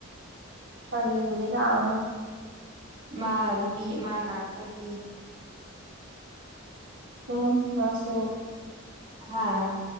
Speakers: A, on the right (about 65°); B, on the right (about 25°).
A: ꯀꯔꯤꯕꯨꯗꯤ ꯆꯥꯎꯅꯤ
B: ꯃꯥ ꯅꯨꯄꯤ ꯑꯃ ꯂꯥꯛꯄꯗꯤ
A: <unintelligible> ꯃꯥꯁꯨ
B: ꯍꯥꯥ